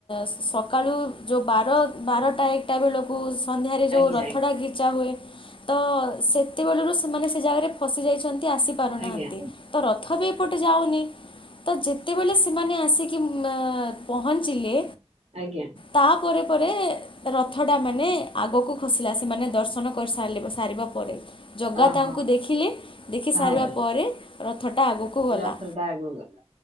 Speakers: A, on the left; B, on the right.
A: ସେ ସକାଳୁ ଯୋଗ ବାର
B: ଆଜ୍ଞା
A: ବାରଟା ଏକଟା ବେଳକୁ ସନ୍ଧ୍ୟାରେ ଯଉ
B: ଆଜ୍ଞା
A: ରଥଡ଼ା ଘୁଚା ହୁଏ। ତ ସେତେବେଳରୁ ସେମାନେ ସେ ଜାଗାରେ ଫସିଯାଇଛନ୍ତି ଆସିପାରୁନାହାଁନ୍ତି।
B: ଆଜ୍ଞା
A: ତ ରଥ ବି ଏପଟେ ଯାଉନି। ତ ଯେତେବେଳେ ସେମାନେ ଆସିକି ପହଞ୍ଚିଲେ
B: ଆଜ୍ଞା।
A: ତାପରେ ପରେ ରଥଟା ମାନେ ଆଗକୁ ସେମାନେ ଦର୍ଶନ ସାର ପରେ ଜଗା
B: ଓହୋ
A: ତାଙ୍କୁ ଦେଖିଲେ ଦେଖି ସରିବା
B: ହଁ ହଁ
A: ପରେ ରଥଟା ଆଗକୁ ଗଲା।
B: ରଥର ଟା ଆଗକୁ ଗଲା